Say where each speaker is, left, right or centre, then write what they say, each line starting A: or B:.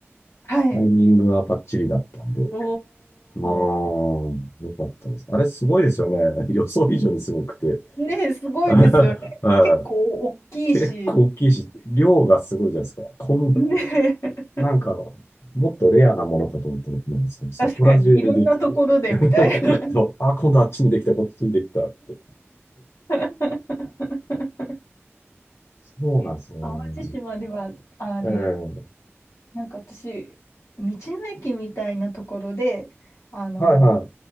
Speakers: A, on the left; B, on the left.
A: はい。
B: タイミングはバッチリだったんで。う
A: お
B: ー
A: お。
B: ん、よかったです。あれすごいですよね。<laughs> 予想以上にすごくて。
A: ね、すごいですよね。
B: <laughs> は
A: 結構大きいし、
B: い。結構大きいし、量がすごいじゃないですか。こんな
A: ね、<laughs>
B: なんか、もっとレアなものかと思ったら、もそ、そこら中にできて、
A: 確かにいろんなところでみたいな。
B: そう、あ、今度あっちにできた、こっちにできたって。
A: <laughs>
B: そうなんですよね。
A: え、淡路島では、あれ、
B: ええ
A: なんか私、道の駅みたいなところで、あの、
B: はいは